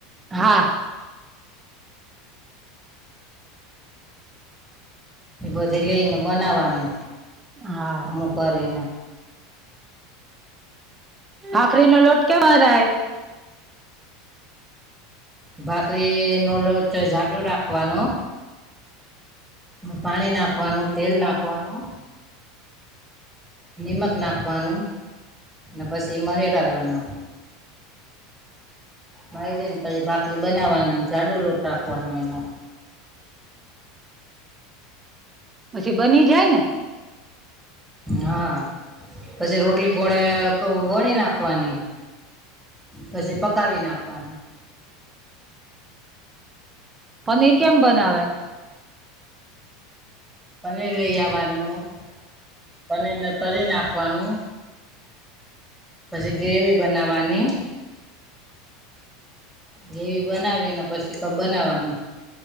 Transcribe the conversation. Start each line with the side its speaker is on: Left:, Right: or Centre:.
Right: હા.
Centre: એ બધી લઈને બનાવાનું
Right: હા
Centre: અમુ કરીને.
Right: આખરી નો લોટ કેવા રય.
Centre: બાકી ન લો જાડુ રાખવાનું. પાણી નાખવાનું તેલ નાખવાનું. નિમક નાખવાનું ને પછી મહીરાવાનું. મારીને પછી ભાખરી બનાવવાની જાડુ લોટ રાખવાનો એનો.
Right: પછી બની જાય ને.
Centre: હા પછી રોટલી ઘોણેે વણી નાખવાની. પછી પકાવી નાખવાની.
Right: પનીર કેમ બનાવાય.
Centre: પનીર લઈ આવવાનું પનીરને તરી નાખવાનું. પછી ગ્રેવી બનાવાની. જેવી બનાવીને પછી ક બનાવાનું.